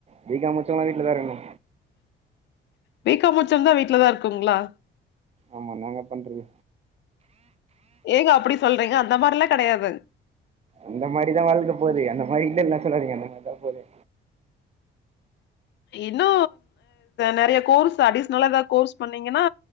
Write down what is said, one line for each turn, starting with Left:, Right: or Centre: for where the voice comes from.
Right: பீ காம் முடிச்சவங்களா வீட்ல தா இருக்குணு
Left: பீகாம் முடிச்சவங்க வீட்லதா இருக்குங்களா
Right: ஆமா என்னங்க பண்றது
Left: எதுக்கு அப்டி சொல்றீங்க அந்த மாதிரில்லாம் கெடையாதுங்க
Right: அந்த மாரி தா வாழ்க்க போதே அந்த மாரி இல்லனுல்லா சொல்லாதீங்க அந்த மாதிரி போதே
Left: இன்னு நெறைய கோர்ஸ் அட்டீஷனலா எதா கோர்ஸ் பண்ணீங்கன்னா